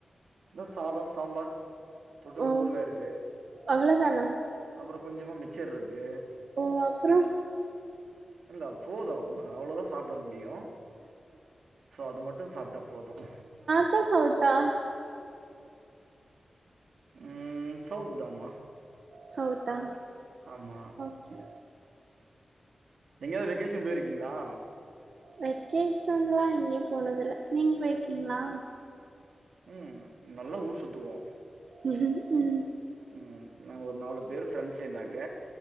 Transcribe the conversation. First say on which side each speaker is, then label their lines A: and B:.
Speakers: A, on the right; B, on the right.
A: அதான் சாதம் சாம்பார் தொட்டுக்க
B: ஓ
A: ஊருகாய் இருக்கு
B: அவ்ளோதானா
A: அப்புறம் கொஞ்சமா மிச்சர் இருக்கு
B: ஓ அப்புறம்
A: இல்ல போதும் அவ்வளோதான் சாப்பிட முடியும் சோ அது மட்டும் சாப்டா போதும்
B: அத்த சௌவ்த் ஆ
A: ம் சௌத் தாமா
B: சௌதா
A: ஆமா
B: சரி
A: எங்கேயாவது வெக்கேஷன் போயிருக்கீங்களா
B: வெக்கேஷன்ல்லாம் எங்கயு போனது இல்ல நீங்க போயிருக்கீங்களா
A: உம் நல்லா ஊர் சுத்துவோம்
B: உம் உம்
A: உம் நாங்க ஒரு நாலு பேர் ஃரெண்ட்ஸ் இருந்தாங்க